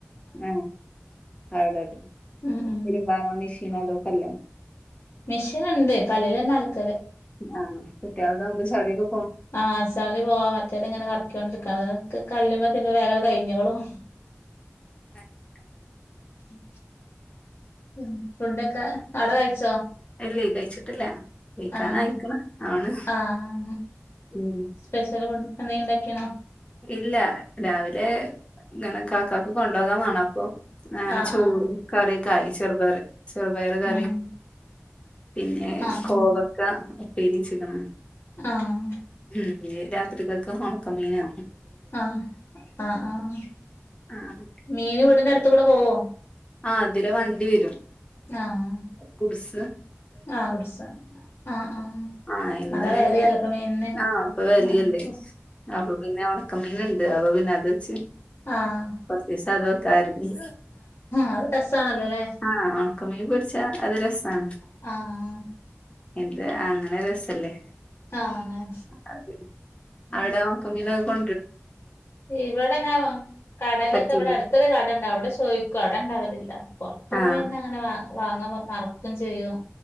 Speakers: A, on the left; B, on the left.
A: ആഹ അവിടട്ട്
B: ഉം ഉം
A: വെരുമ്പാ മെഷീൻ അതോൊക്കെല്ലോ
B: മെഷീൻുണ്ട് കല്ലിലഞ്ഞേ അല
A: ആഹ കുട്ടികളതാകുമ്പോ ചളിയൊക്കെ പോകോ
B: ആ ചളി പോവാൻ മറ്റേത് ഇങ്ങനെ കറക്കിക്കൊണ്ടിരിക്കക്ക് കല്ലുമ്മെ തിരുമ്പുമ്പോ കഴിഞ്ഞോളും
A: മക്കണ്ട <inaudible>
B: ഉ <inaudible> ഉ ഫുണ്ടൊക്കെ അടേ കഴിച്ചോ
A: ല്ലയ് കഴിച്ചിട്ടില്ല കഴിക്കാനായിക്ക്ണ്
B: ആഹ
A: ആണ്
B: ആഹ
A: ഉം
B: സ്പെഷ്യൽ ഫു അതയ്ണ്ടാക്കിയണോ
A: ഇല്ല രാവിലെ ഇങ്ങനെ കാക്കക്ക് കൊണ്ടോകാൻ വേണം അപ്പൊ അങ്ങനെ
B: ആഹ്
A: ചോടും
B: ആഹ്
A: കറിയൊക്കെ ആയി ചെറുപ്പർ ചെറുപയർ കറി
B: ഉം
A: പിന്നെ
B: ആഹ്
A: കോവക്ക
B: ആഹ്
A: ഉപ്പേരിച്ചിക്കണ്
B: ആഹ്
A: ഹം രാത്രരി കക ഹണ കമിനാ
B: ആഹ ആഹ് ആഹ
A: ആഹ്
B: മീന് വീടിന്റെ അടുത്ത കൂടെ പോവോ?
A: ആ അതില വണ്ടി വരും
B: ആഹ്
A: കുടുസ
B: ആഹ് കുടസ ആഹ് ആഹ
A: ആഹ് ഇന്ന്
B: നല്ല
A: പിന്നെ
B: വലല്ലപ്പ മീൻന്
A: ആഹ് ഇപ്പൊ വെലിയല്ലേ
B: മഴപ്പൊ
A: അപ്പൊ പിന്നെ ഉണക്കമീന്ന് അതച്ചെ
B: ആഹ
A: കൊറച്ചീസം അത് വെക്കാർന്നു
B: അത് രസാണല്ലോല്ലേ
A: ആഹ ഉണക്കമ ച്ച അത് രസമാണ്
B: ആഹ്
A: എന്ത് അങ്ങനെ രസല്ലേ
B: ആഹ് അങ്ങനെ
A: അത
B: ഉം
A: അവിടെ ഉണക്ക മീനൊക്കെ കൊ
B: ഇവിടെ ഞാൻ കടലൊക്കെ
A: പറ്റൂല
B: ഇവിടെ അടുത്തൊരു കടുണ്ടാവും അവിടെ ചോദിക്കു അട ഇണ്ടാവലില്ല പൊറത്ത
A: ആഹ്
B: വന്ന് അങ്ങനെ വ വാങ്ങ മറക്കും ചെയ്യും